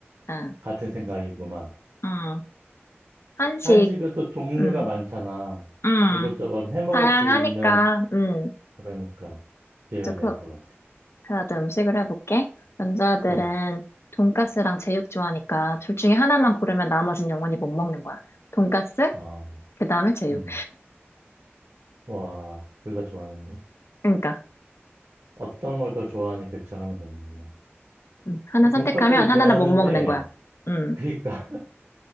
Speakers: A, on the left; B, on the right.
A: 응,
B: 같은 생각이구만.
A: 응. 한식,
B: 한식은 또 종류가
A: 응,
B: 많잖아.
A: 응.
B: 이것저것 해 먹을
A: 다양하니까,
B: 수 있는,
A: 응.
B: 그러니까, 기회가
A: 조금
B: 될 것 같아.
A: 그래도 음식을 해볼게. 남자들은
B: 좋아.
A: 돈가스랑 제육 좋아하니까 둘 중에 하나만 고르면 나머진 영원히 못 먹는 거야. 돈가스,
B: 어,
A: 그 다음에 제육.
B: 음, 와, 둘 다 좋아하는데.
A: 그러니까
B: 어떤 걸 더 좋아하는지 결정하면 되는구나.
A: 음, 하나 선택하면
B: 돈까스를 좋아하는데,
A: 하나는 못 먹는 거야. 음,
B: 그러니까